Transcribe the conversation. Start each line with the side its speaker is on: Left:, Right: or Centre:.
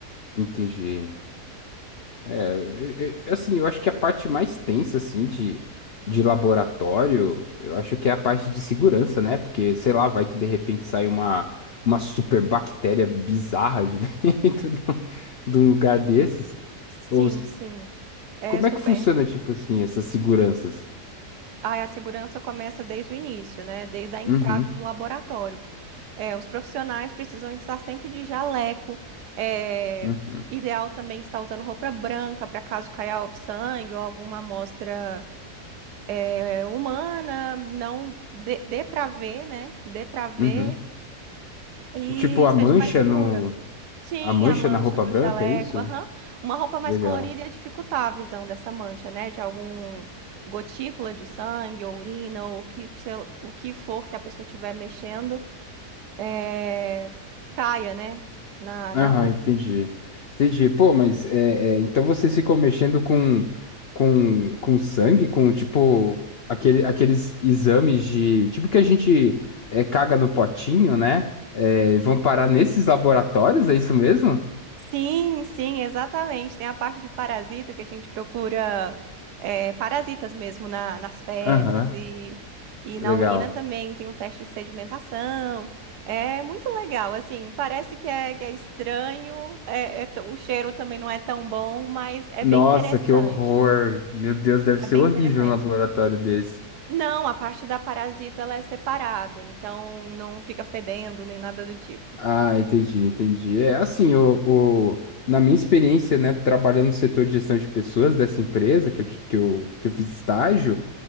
Left: Entendi. É, é, é, assim, eu acho que a parte mais tensa, assim, de, de laboratório, eu acho que é a parte de segurança, né? Porque, sei lá, vai que de repente sai uma, uma super bactéria bizarra de <laughs> dentro de um de um lugar desses.
Right: Sim,
Left: Ou s-
Right: sim. É
Left: como
Right: super.
Left: é que funciona, tipo assim, essas seguranças?
Right: Aí a segurança começa desde o início, né? Desde a entrada
Left: Uhum,
Right: do laboratório. É, os profissionais precisam estar sempre de jaleco. é,
Left: uhum,
Right: ideal também estar usando roupa branca para caso caia sangue ou alguma amostra é, humana. Não dê, dê para ver, né? Dê para ver
Left: uhum.
Right: e
Left: Tipo, a
Right: seja
Left: mancha
Right: mais segura.
Left: no,
Right: Sim,
Left: a mancha
Right: a mancha
Left: na roupa
Right: no
Left: branca,
Right: jaleco,
Left: é isso?
Right: aham. Uma roupa mais
Left: Legal.
Right: colorida ia dificultar a visão dessa mancha, né? De algum gotícula de sangue, ou urina, ou o que, sei lá- o que for que a pessoa estiver mexendo, é, caia, né? Na,
Left: Aham,
Right: na roupa.
Left: entendi. Entendi. Pô, mas é, é, então vocês ficam mexendo com, com, com sangue, com tipo aquele, aqueles exames de. Tipo que a gente é, caga no potinho, né? É, vão parar nesses laboratórios, é isso mesmo?
Right: Sim, sim, exatamente. Tem a parte de parasita que a gente procura é, parasitas mesmo na- nas fezes
Left: Aham,
Right: e, e
Left: legal.
Right: na urina também tem um teste de sedimentação. É muito legal, assim, parece que é, que é estranho, é- é t- o cheiro também não é tão bom, mas é
Left: Nossa,
Right: bem interessante.
Left: que horror. Meu Deus, deve
Right: É
Left: ser
Right: bem
Left: horrível
Right: interessante.
Left: um laboratório desse.
Right: Não, a parte da parasita ela é separada, então não fica fedendo nem nada do tipo.
Left: Ah, entendi, entendi. É assim, o, o- na minha experiência, né, trabalhando no setor de gestão de pessoas dessa empresa que eu, ti- que eu, que eu fiz estágio,